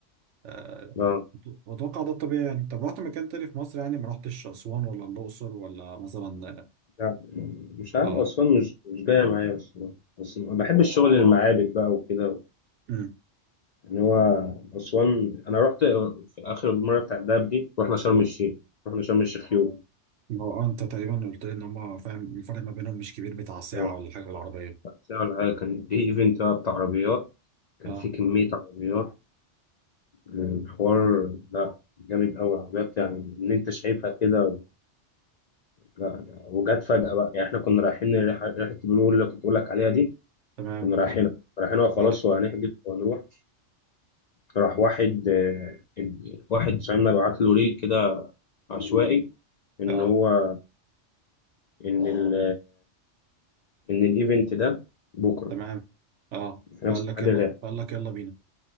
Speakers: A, on the right (about 75°); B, on the left (about 55°).
A: آه
B: لا
A: واتوقع ده الطبيعي يعني طب رحت مكان تاني في مصر يعني ما رحتش اسوان ولا الاقصر ولا مثلا
B: لا، مش عارف
A: اه
B: أسوان مش مش جاية معايا أصلا بس بحب الشغل المعابد بقى وكده
A: امم
B: يعني هو أسوان أنا رحت في آخر مرة بتاع الدهب دي رحنا شرم الشيخ رحنا شرم الشيخ يوم
A: ما هو انت تقريبا قلت لي ان هم فاهم الفرق ما بينهم مش كبير بتاع ساعه
B: آه،
A: ولا حاجه بالعربيه
B: ساعة ولا حاجة كان في إيفنت بقى بتاع عربيات كان
A: اه
B: في كمية عربيات الحوار لا جامد أوي عربيات يعني إن أنت شايفها كده لا لا، وجت فجأة بقى يعني إحنا كنا رايحين ريحة ريحة البلو اللي كنت بقول لك عليها دي
A: تمام
B: كنا رايحينها رايحينها خلاص
A: اه
B: وهنحجز وهنروح راح واحد آه، واحد صاحبنا بعت له ريل كده عشوائي إن
A: اه
B: هو إن ال ان الايفنت ده بكره
A: تمام اه
B: في نفس
A: فقال
B: ميعاد
A: لك يلا
B: الرحله
A: فقال لك يلا بينا